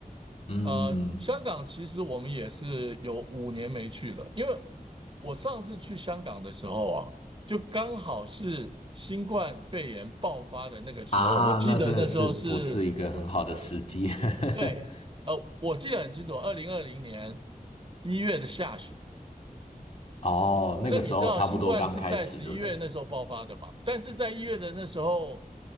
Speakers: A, on the left; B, on the right.
A: 嗯
B: 呃，香港其实我们也是有五年没去了，因为我上次去香港的时候啊，就刚好是新冠肺炎爆发的那个时候，
A: 啊，
B: 我记得那时候是
A: 那真的是不是一个很好的时机。<laughs>
B: 对，呃，我记得很清楚，二零二零年一月的下旬。
A: 哦，那个时候差不多刚开始，
B: 那你知道新冠是在十一月那时候爆发的吧？
A: 对不对？
B: 但是在一月的那时候，